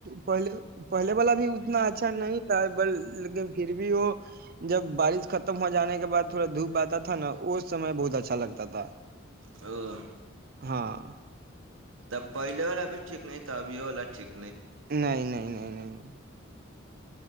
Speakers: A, on the right (about 45°); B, on the right (about 75°).
A: پہلے پہلے والا بھی اتنا اچھا نہیں تھا لیکن پھر بھی وہ جب بارش ختم ہو جانے کے بعد تھوڑا دھوپ آتا تھا نا اس سمے بہت اچھا لگتا تھا
B: ا <unintelligible>
A: ہاں <unintelligible>
B: تب پہلے والا بھی ٹیک نہیں ت ابھیو والا ٹیک
A: نہیں نہیں نہیں نہیں <unintelligible> ہاں <unintelligible>